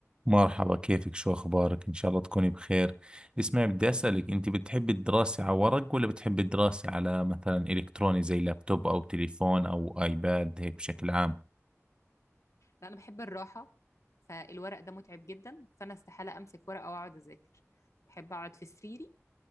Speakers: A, on the right (about 20°); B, on the left (about 70°).
A: مرحبا كيفك شو أخبارك إن شاء الله تكوني بخير اسمعي بدي أسألك أنت بتحبي الدراسة على ورق ولا بتحبي الدراسة على مثلا إلكتروني زي لابتوب أو تليفون أو آيباد هيك بشكل عام
B: لا انا بحب الراحه فالورق ده متعب جدا فانا استحاله امسك ورقه واقعد اذاكر بحب اقعد في سريري